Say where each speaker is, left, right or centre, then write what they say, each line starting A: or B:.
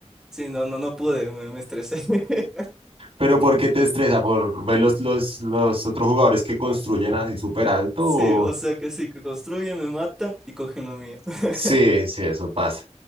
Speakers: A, in the centre; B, on the right.
A: Sí, no, no, no pude, me, me estresé. <laughs>
B: Pero ¿por qué te estresa? ¿Por ver los, los, los otros jugadores que construyen así súper alto?
A: Sí,
B: o-
A: o sea que sí, que construyen, me matan y cogen lo mío. <laughs>
B: Sí, sí, eso pasa.